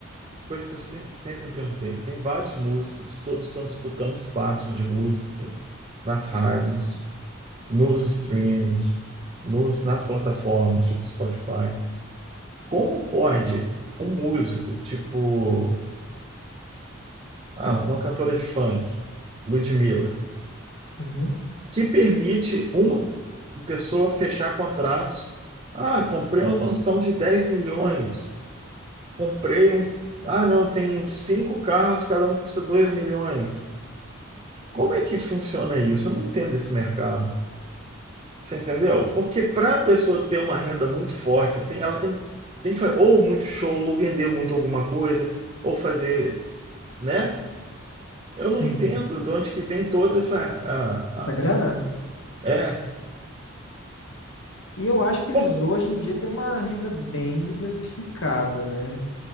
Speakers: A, on the right (about 30°); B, on the left (about 75°).
A: Coisa que eu se- sempre me perguntei. Tem vários músicos, todos estão disputando espaço de música nas rádios, nos streams, nos, nas plataformas, tipo Spotify. Como pode um músico, tipo, ah, uma cantora de funk, Ludmilla,
B: Uhum.
A: que permite uma pessoa fechar contratos. Ah, comprei uma mansão de 10 milhões. Comprei um. Ah, não, tem uns cinco carros, cada um custa 2 milhões. Como é que funciona isso? Eu não entendo esse mercado. Você entendeu? Porque para a pessoa ter uma renda muito forte, assim, ela tem, tem que fazer ou muito show, ou vender muito alguma coisa, ou fazer, né? Eu
B: Sim.
A: não entendo de onde que vem toda essa. a- a-
B: Essa grana?
A: é.
B: E eu acho que eles
A: Por-
B: hoje em dia têm uma renda bem diversificada, né?